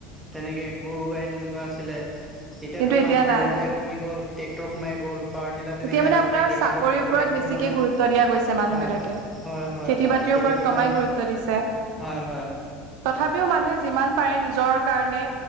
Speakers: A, in the centre; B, on the right.
A: তেনেকে গৰু গাই তেনেকুৱা আছিলে এতিয়া
B: কিন্তু
A: ধৰক
B: এতিয়া
A: মানুহৰ
B: নাই
A: গৰু গাই কমি গ'ল ট্ৰেক্টৰ সোমাই গ'ল পাৱাৰ টিলাৰ তেনেকে
B: এতিয়া মানে
A: আহি
B: আপোনাৰ
A: পেলাই খেতি
B: চাকৰিৰ
A: পথাৰৰ
B: ওপৰত
A: গোটেইখন
B: বেছিকে
A: মানে
B: গুৰুত্ব দিয়া গৈছে মানুহ
A: হয়
B: বিলাকে
A: হয় হয় হয়
B: বাতিৰ
A: খেতি
B: ওপৰত
A: পথাৰ
B: কমাই গুৰুত্ব দিছে
A: হয় হয়
B: তথাপিও মানুহে যিমান পাৰে নিজৰ কাৰণে